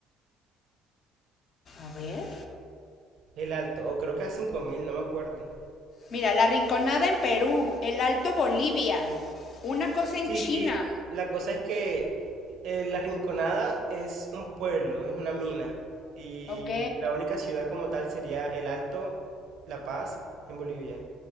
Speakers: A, on the left (about 50°); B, on the right (about 65°).
A: A ver.
B: El Alto, o creo que a 5.000, no me acuerdo.
A: Mira, La Rinconada en Perú, El Alto Bolivia, una cosa en
B: Sí,
A: China.
B: sí, la cosa es que eh, La Rinconada es un pueblo, es una mina, y
A: Ok.
B: la única ciudad como tal sería El Alto, La Paz, en Bolivia.